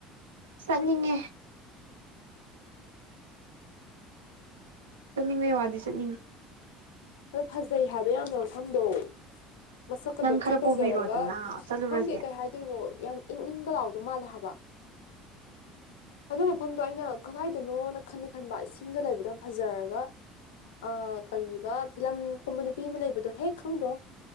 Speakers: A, on the right; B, on the left.
A: ꯁꯅꯤꯡꯉꯦ ꯆꯠꯅꯤꯡꯉꯩ ꯋꯥꯗꯤ ꯆꯠꯅꯤꯡꯉꯤ
B: ꯍ ꯐꯖꯩ ꯍꯥꯏꯕ ꯌꯥꯝꯅ ꯃꯐꯝꯗꯣ ꯃꯁꯛꯀꯗꯕ
A: ꯅꯪ ꯈꯔ
B: ꯊꯤ ꯐꯖꯔꯒ
A: ꯄꯨꯕꯤꯔꯣꯗꯅ ꯆꯠꯂꯨꯔꯁꯦ
B: ꯈꯪꯗꯦ ꯀꯩ ꯍꯥꯏꯗꯣꯏꯅꯣ ꯌꯥꯝ ꯏꯪ ꯏꯪꯒ ꯂꯥꯎꯗꯧ ꯃꯥꯜꯂꯦ ꯍꯥꯏꯕ ꯑꯗꯨ ꯃꯐꯝꯗꯣ ꯑꯩꯅ ꯀꯗꯥꯏꯗꯅꯣꯅ ꯈꯟꯅꯤ ꯈꯟꯕ ꯏꯁꯤꯡꯗ ꯂꯩꯕꯗꯣ ꯌꯥꯝ ꯐꯖꯔꯒ ꯑ ꯀꯔꯤꯕ ꯐꯤꯂꯝꯒꯨꯝꯕ ꯅꯨꯄꯤ ꯑꯃ ꯂꯩꯕꯗꯣ ꯍꯦꯛ ꯈꯪꯗ꯭ꯔꯣ